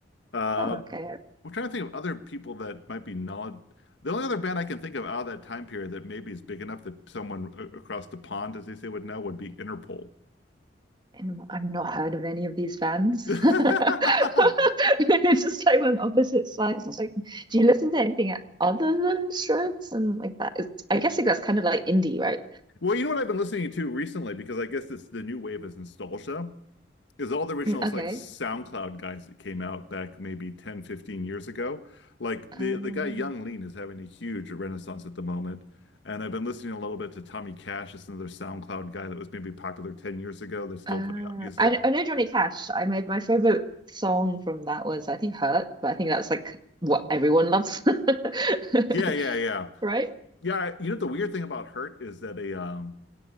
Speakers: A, on the left; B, on the right.
A: Uh,
B: Oh, Okay.
A: I'm trying to think of other people that might be knowledge. The only other band I can think of out of that time period that maybe is big enough that someone a- across the pond, as they say, would know would be Interpol.
B: And I've not heard of any of these bands.
A: <laughs>
B: <laughs> It's just like on opposite sides. It's like, do you listen to anything other than Shreds and like that? Is, I guess like that's kind of like indie, right?
A: Well, you know what I've been listening to recently because I guess it's the new wave is nostalgia is all the original
B: Mm, Okay.
A: like SoundCloud guys that came out back maybe 10, 15 years ago. Like the
B: Um,
A: the guy Young Lean is having a huge renaissance at the moment. And I've been listening a little bit to Tommy Cash, it's another SoundCloud guy that was maybe popular 10 years ago that's still
B: uh,
A: putting out music.
B: I I know Johnny Cash. I my my favorite song from that was I think Hurt, but I think that's like what everyone loves, <laughs>
A: Yeah, yeah, yeah.
B: right?
A: Yeah, you know the weird thing about Hurt is that a um